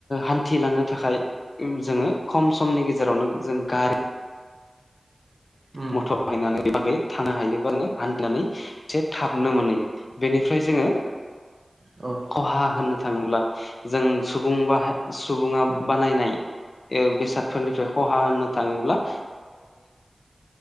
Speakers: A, on the left; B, on the right.
A: हान्थिलांनो थाखाय जोङो खम समनि गेजेरावनो जों गारि
B: उम
A: मथर बायनानै बागै थानो हायो बा जोङो हान्थिनानै एसे थाबनो मोनहैयो बेनिफ्राय जोङो
B: अ
A: खहा होननो थाङोब्ला जों सुबुं <unintelligible> सुबुङा
B: उम
A: बानायनाय बेसादफोरनिफ्राय खहा होननो थाङोब्ला